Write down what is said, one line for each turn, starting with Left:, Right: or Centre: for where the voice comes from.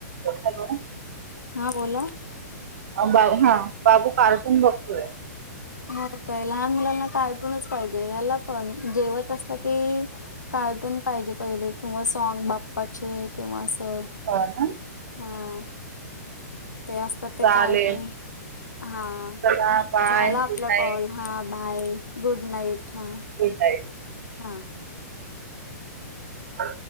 Right: हॅलो
Left: हा बोला
Right: बा हा बापू कार्टून बघतोय
Left: हो काय लहान मुलांना काळटूनच पाहिजे ह्याला पण जेवत असलं की कार्टून पाहिजे पहिले किंवा सॉग बाप्पाचे किंवा असं
Right: हो ना
Left: हा ते असतात ते
Right: चालेल
Left: काळजी हा.
Right: चला बाय
Left: झाला
Right: गुड
Left: आपला
Right: नाईट
Left: कॉल हा बाय गुड नाईट हा.
Right: उट आहे.
Left: हा.
Right: अ.